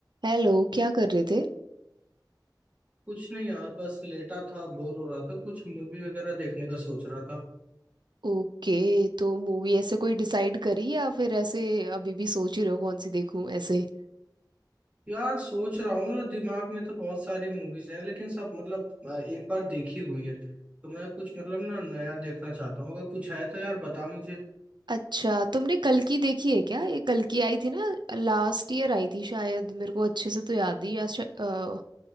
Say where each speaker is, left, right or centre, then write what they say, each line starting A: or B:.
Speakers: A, on the right; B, on the right.
A: Hello क्या कर रहे थे
B: कुछ नहीं यार बस लेटा था बोर हो रहा था कुछ मूवी वगैरह देखने का सोच रहा था
A: ओके तो मूवी ऐसे कोई डिसाइड करी या फिर ऐसे अभी भी सोच ही रहे हो कौन सी देखूं ऐसे
B: यार सोच रहा हूँ मतलब दिमाग में तो बहुत सारी मूवीज हैं लेकिन सब मतलब आ, एक बार देखी हुई है तो मैं कुछ मतलब ना नया देखना चाहता हूँ अगर कुछ है तो यार बता मुझे
A: अच्छा तुमने कल की देखी है क्या ये कल की आई थी ना लास्ट ईयर आई थी शायद मेरे को अच्छे से तो याद ही या, शा, अ,